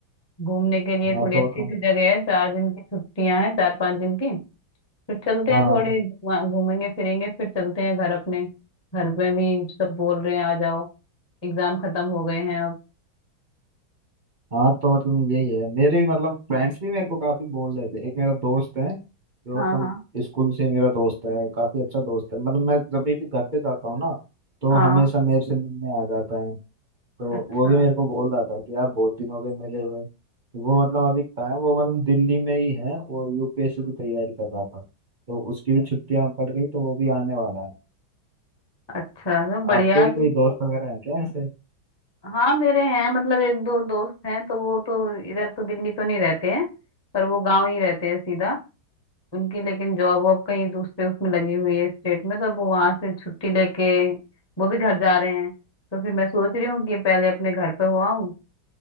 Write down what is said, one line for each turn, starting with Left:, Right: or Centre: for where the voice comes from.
Left: घूमने के लिए
Right: हाँ
Left: थोड़ी
Right: तो
Left: अच्छी
Right: बताओ
Left: सी जगह है चार दिन की छुट्टियां हैं चार पांच दिन की फिर चलते
Right: हाँ
Left: हैं थोड़ी वहाँ घूमेंगे फिरेंगे फिर चलते हैं घर अपने घर में भी सब बोल रहे हैं आ जाओ एग्जाम खत्म हो गए हैं अब
Right: हाँ तो मतलब यही है मेरे भी मतलब फ्रेंड्स भी मेरे को काफी बोल रहे थे एक मेरा दोस्त है जो
Left: हाँ
Right: मतलब
Left: हाँ
Right: स्कूल से मेरा दोस्त है काफी अच्छा दोस्त है मतलब मैं जब भी घर पे जाता हूँ ना तो
Left: हाँ
Right: हमेशा मेरे से मिलने आ जाता है तो
Left: अच्छा
Right: वो भी मेरे को बोल रहा था कि यार बहुत दिन हो गए मिले हुए वो मतलब अभी कहाँ है वो मतलब दिल्ली में ही है वो यूपीएससी की तैयारी कर रहा था तो उसकी भी छुट्टियां पड़ गई तो वो भी आने वाला है
Left: अच्छा तो बढ़िया
Right: आपके
Left: है
Right: भी कोई
Left: फिर
Right: दोस्त वगैरह है क्या ऐसे
Left: हाँ मेरे हैं मतलब एक दो दोस्त हैं तो वो तो इधर तो दिल्ली तो नहीं रहते हैं पर वो गांव ही रहते हैं सीधा उनकी लेकिन जॉब वॉब कहीं दूसरे उसमें लगी हुई है स्टेट में तो अब वो वहां से छुट्टी लेके वो भी घर जा रहे हैं तो फिर मैं सोच रही हूँ कि पहले अपने घर पे हो आऊँ